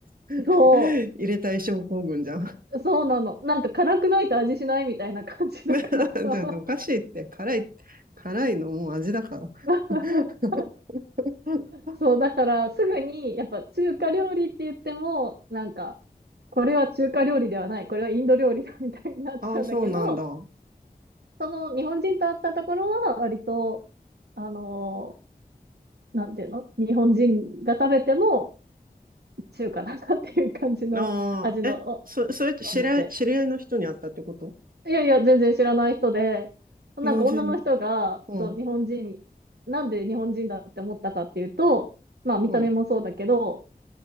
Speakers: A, on the right; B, on the right.
A: <laughs>
B: そ
A: 入れたい症候群じゃん。<laughs>
B: う、そうなの。なんか辛くないと味しないみたいな感じだからさ。
A: だっておかしいって、辛い、辛いのもう味だから。
B: <laughs>
A: <laughs> うん
B: そう、だからすぐに、やっぱ中華料理って言っても、なんか、これは中華料理ではない、これはインド料理だみたいになっちゃうんだけど、
A: ああ、そうなんだ。あ
B: その日本人と会ったところは割と、あのなんていうの日本人が食べても中華だなっていう感じの味のお、
A: あ、え、そ、それって知り合い、
B: お店。
A: 知り合いの人に会ったってこと
B: いやいや、全然知らない人で、なんか女の人が、
A: 日本人。うん、
B: そう、日本人、なんで日本人だって思ったかっていうと、まあ見た目もそうだけど、
A: うん。